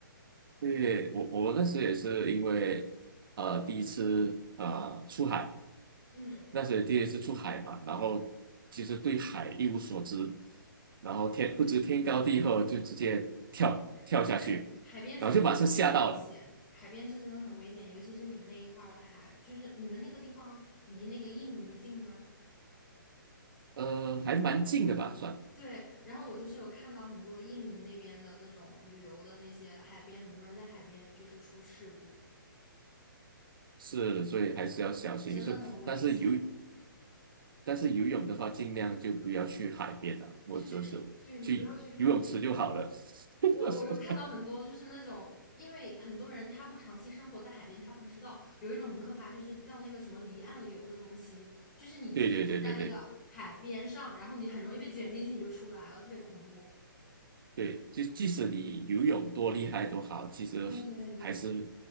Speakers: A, on the right (about 75°); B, on the left (about 20°).
A: 对，我我那时也是因为呃第一次呃出海，
B: 嗯，
A: 那时也第一次出海嘛，然后其实对海一无所知，然后天不知天高地厚，就直接跳跳下去，
B: 对，海边是真的特别危险，
A: 然后就马上吓到了，
B: 海边是真的很危险，尤其是你们那一块儿的海，就是你们那个地方离那个印尼近吗？
A: 呃，还蛮近的吧，算
B: 对，然后我就是有看到很多印尼那边的那种旅游的那些海边，很多人在海边就是出事故。
A: 是，所以还是要小心。
B: 真的很危险。
A: 所以但是游但是游泳的话，尽量就不要去海边了，或者是去游泳池就好了。
B: 对，就是对你不要去海边。
A: <laughs>
B: 我我有看到很多就是那种，因为很多人他不长期生活在海边，他不知道有一种很可怕，就是叫那个什么离岸流的东西，就是你即使是在那个海边上，
A: 对对对对对
B: 然后你很容易被卷进去，你就出不来了，特别恐怖。
A: 对，就即使你游泳多厉害都好，其实还是
B: 对对对